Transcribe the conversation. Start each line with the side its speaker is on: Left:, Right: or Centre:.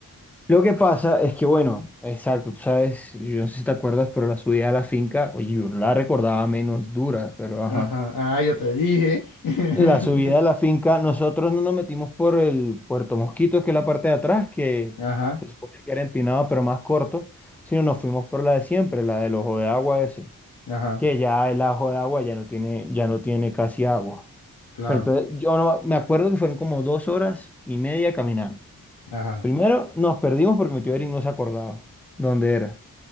Centre: Lo que pasa es que, bueno, exacto, tú sabes, yo no sé si te acuerdas, pero la subida a la finca, oye, yo no la recordaba menos dura, pero ajá.
Left: Ajá, ah, yo te dije. <laughs>
Centre: La subida a la finca, nosotros no nos metimos por el Puerto Mosquitos, que es la parte de atrás, que
Left: Ajá,
Centre: se supone que era empinado, pero más corto, sino nos fuimos por la de siempre, la del ojo de agua ese,
Left: ajá,
Centre: que ya el ojo de agua ya no tiene, ya no tiene casi agua.
Left: claro,
Centre: Pero entonces, yo no, me acuerdo que fueron como dos horas y media caminando.
Left: ajá.
Centre: Primero nos perdimos porque mi tío Eric no se acordaba dónde era.